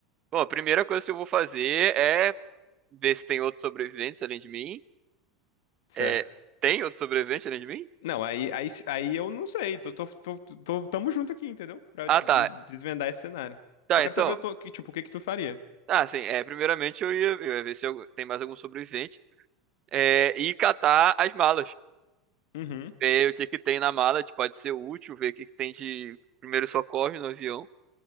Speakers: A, on the right; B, on the left.
A: Bom, a primeira coisa que eu vou fazer é ver se tem outros sobreviventes além de mim.
B: Certo.
A: É, tem outro sobrevivente além de mim?
B: Não, aí, aí, aí eu não sei. Tô, tô, tô, tô- tô- tamo junto aqui, entendeu? Pra
A: Ah,
B: des-
A: tá.
B: des- desvendar esse cenário.
A: Tá,
B: Só quero
A: então.
B: saber, eu tô- que, tipo, o que que tu faria?
A: Ah, sim. É, primeiramente eu ia, eu ia ver se eu- tem mais algum sobrevivente. É, e catar as malas.
B: Uhum,
A: É, o que que tem na mala, que pode ser útil, ver o que que tem de primeiro socorro no avião,